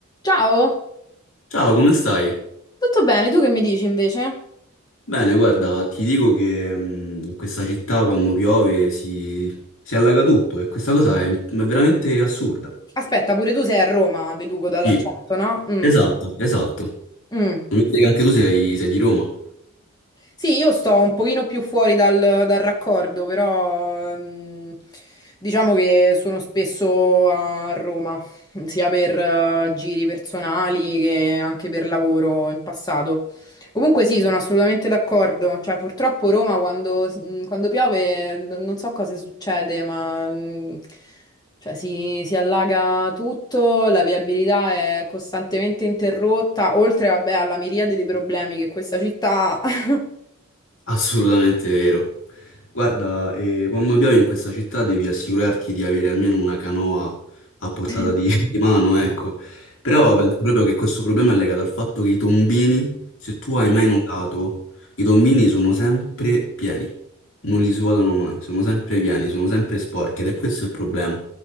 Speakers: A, on the left; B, on the left.
A: Ciao,
B: Ciao, come stai?
A: tutto bene? Tu che mi dici invece?
B: Bene, guarda, ti dico che mh, in questa città quando piove si, si allaga tutto e questa cosa è, è veramente assurda.
A: Aspetta, pure tu sei a Roma, deduco dall'accento,
B: Sì,
A: no? Mm,
B: esatto, esatto. Non
A: mm.
B: mi dire che anche tu sei, sei di Roma.
A: Sì, io sto un pochino più fuori dal, dal raccordo, però mm, diciamo che sono spesso a Roma, sia per eh, giri personali che anche per lavoro in passato. Comunque sì, sono assolutamente d'accordo. Cioè, purtroppo Roma quando, mm, quando piove n- non so cosa succede, ma mm, cioè, si, si allaga tutto, la viabilità è costantemente interrotta, oltre, vabbè, alla miriade di problemi che questa città ha. <laughs>
B: Assolutamente vero. Guarda, eh, quando piove in questa città devi assicurarti di avere almeno una canoa a portata
A: Mm.
B: di, <laughs> di mano, ecco. Però penso proprio che questo problema è legato al fatto che i tombini, se tu hai mai notato, i tombini sono sempre pieni, non li svuotano mai, sono sempre pieni, sono sempre sporchi ed è questo il problema.